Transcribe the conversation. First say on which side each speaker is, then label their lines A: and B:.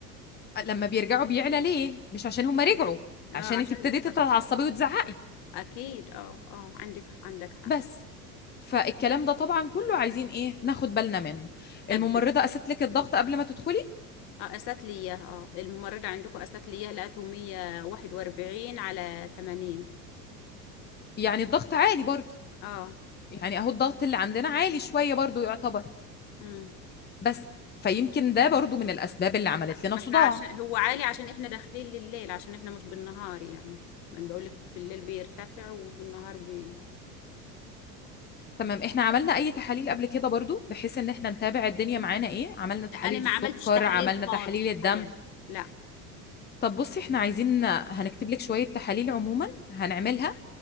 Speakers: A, on the left; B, on the left.
A: لما بيرجعوا بيعلى ليه؟ مش عشان هم رجعوا
B: اه
A: عشان
B: عشان
A: انت ابتديتي
B: عش-
A: تتعصبي وتزعقي
B: اكيد اه اه عندك عندك حق
A: بس فالكلام ده طبعا كله عايزين ايه ناخد بالنا منه
B: طب
A: الممرضه قست لك الضغط قبل ما تدخلي
B: اه قست لي اياها اه الممرضة عندكم قست لي اياها لقيته 141 على 80
A: يعني الضغط عالي برضو
B: اه
A: يعني اهو الضغط اللي عندنا عالي شويه برضو يعتبر
B: امم
A: بس فيمكن ده برضو من الاسباب اللي عملت لنا
B: ما
A: صداع
B: احنا عشان هو عالي عشان احنا داخلين لليل عشان احنا مش بالنهار يعني ما انا بقولك في الليل بيرتفع وبالنهار بي
A: تمام احنا عملنا اي تحاليل قبل كده برضو بحيث ان احنا نتابع الدنيا معانا ايه عملنا تحاليل
B: لا انا ما
A: السكر
B: عملتش تحاليل
A: عملنا
B: خالص
A: تحاليل
B: في
A: الدم
B: حياتي لا
A: طب بصي احنا عايزين هنكتب لك شويه تحاليل عموما هنعملها